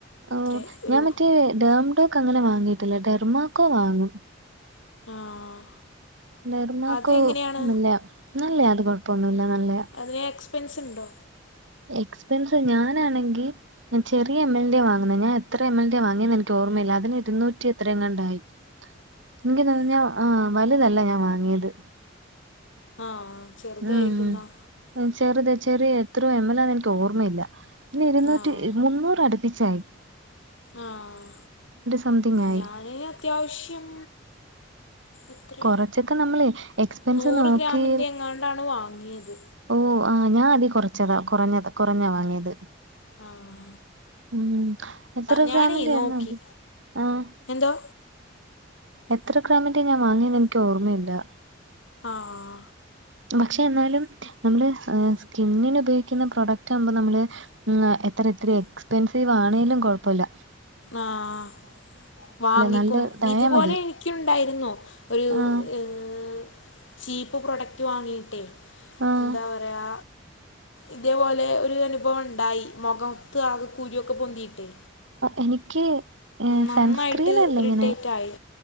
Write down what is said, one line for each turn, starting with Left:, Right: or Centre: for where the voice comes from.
Right: ഓഹ്
Left: അത്രേ ഒരു
Right: ഞാൻ മറ്റേ ഡേംഡോക്ക് അങ്ങനെ വാങ്ങിയിട്ടില്ല ഡെർമാക്കോ വാങ്ങും.
Left: ആഹ്
Right: ഡെർമാക്കോ
Left: അത് എങ്ങനെയാണ്
Right: നല്ലയാ നല്ലയാ അത് കൊഴപ്പൊന്നുല്ല നല്ലയാ.
Left: അതിന് എക്സ്പെൻസ് ണ്ടോ?
Right: എക്സ്പെൻസ് ഞാനാണെങ്കി ഞാൻ ചെറിയ എം എൽ ന്റിയാ വാങ്ങുന്നെ ഞാൻ എത്രെ എം എൽ ന്റിയാ വാങ്ങിയേന്ന് എനിക്ക് ഓർമ്മയില്ല. അതിന് ഇരുന്നൂറ്റി എത്രയോ എങ്ങാണ്ടായി. എനിക്ക് തോന്ന്ന്നു ഞാ ആഹ് വലുതല്ല ഞാൻ വാങ്ങിയത്.
Left: ആഹ് ചെറുതായിരിക്കും
Right: ഉം
Left: ന്നാ.
Right: ഉം ചെറുത് ചെറിയ എത്രോ എം എൽ ആന്ന് എനിക്ക് ഓർമ്മയില്ല. അന്ന് ഇരുന്നൂറ്റി
Left: ആഹ്
Right: മുന്നൂറട് പ്പിച്ചായി.
Left: ആഹ്
Right: സംതിങ് ആയി
Left: ഞാന് അത്യാവശ്യം. എത്രെ
Right: കൊറച്ചൊക്കെ നമ്മള് എക്സ്പെൻസ്
Left: നൂറ്
Right: നോക്കി
Left: ഗ്രാമിന്റെ എങ്ങാണ്ടാണ് വാങ്ങിയത്.
Right: ഓഹ് ആഹ് ഞാൻ അതി കുറച്ചതാ കുറഞ്ഞത കുറഞ്ഞാ വാങ്ങിയത്.
Left: ആഹ്
Right: ഉം എത്ര
Left: ഞാനേ
Right: ഗ്രാമിന്റെയായിരുന്നു
Left: നോക്കി
Right: അത്? ആഹ്.
Left: എന്തോ.
Right: എത്ര ഗ്രാമിന്റെ ഞാൻ വാങ്ങിയെന്ന് എനിക്ക് ഓർമ്മയില്ല.
Left: ആഹ്.
Right: പക്ഷെ എന്നാലും നമ്മള് സ്കിന്നിന് ഉപയോഗിക്കുന്ന പ്രൊഡക്റ്റ് ആകുമ്പം നമ്മള്. ഉം എത്ര എത്രിം എക്സ്പെൻസീവ് ആണേലും കൊഴപ്പല്ല.
Left: ആഹ് വാങ്ങിക്കും
Right: നല്ലതായാ
Left: ഇതുപോലെ
Right: മതി
Left: എനിക്ക്യും ഉണ്ടായിരുന്നു. ഒരു
Right: ആഹ്
Left: ഏഹ് ചീപ്പ് പ്രൊഡക്റ്റ് വാങ്ങീട്ടെ,
Right: ആഹ്
Left: എന്താ പറയാ ഇതേപോലെ ഒരു അനുഭവം ഉണ്ടായി മൊഖംത്ത് ആകെ കുരു ഒക്കെ പൊന്തീട്ടെ.
Right: എനിക്ക് ഏഹ്
Left: നന്നായിട്ട്
Right: സൺസ്ക്രീനല്ല
Left: ഇറിറ്റേറ്റായി
Right: ഇങ്ങനെ